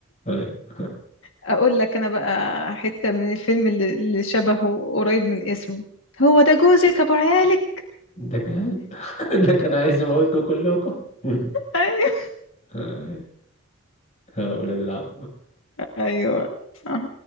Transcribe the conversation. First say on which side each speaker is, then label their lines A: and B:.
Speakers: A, on the left; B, on the left.
A: ايوه
B: اقول لك انا بقى حتة من الفيلم اللي اللي شبهه قريب من اسمه هو ده جوزك ابو عيالك
A: ده كان <laughs> ده كان عايز يموتكم كلكم <laughs>
B: ايوه
A: أيوة. يا ولاد العم
B: ايوه صح